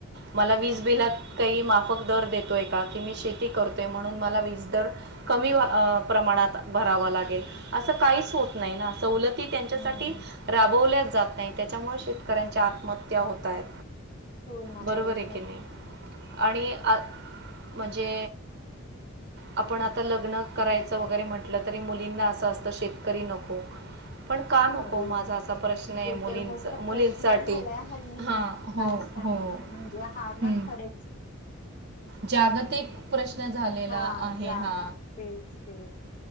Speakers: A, on the right; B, on the left.
A: म वीज बिलात काही माफक दर देतो आहे का की मी शेती करतो आहे म्हणून मला वीज दर कमी प्रमाणात भरावं लागेल असं काहीच होत नाही ना असं. सव त्यांच्यासाठी
B: हम्म
A: राबवल्या जात नाही त्याच्यामुळे शेतकऱ्यांची आत्महत्या होत आहेत
B: होू ना
A: बरोबर
B: बरोब
A: आहे की नाही आणि आ म्हणजे आपण आता लग्न करायचं वगैरे म्हटलं तरी मुलींना असं असतं शेतकरी नको पण का नको
B: अरे
A: माझा असा प्रश्न आहे
B: तो
A: मुलींचा
B: तर मोठा
A: मुलींसाठी
B: प्रश्न झालाय हल्नी
A: हां हो
B: काय सांगू
A: हो
B: म्हणजे हा ना
A: हं.
B: खर
A: जागतिक प्रश्न झालेला
B: हा
A: आहे
B: जाग
A: हा
B: तेच ते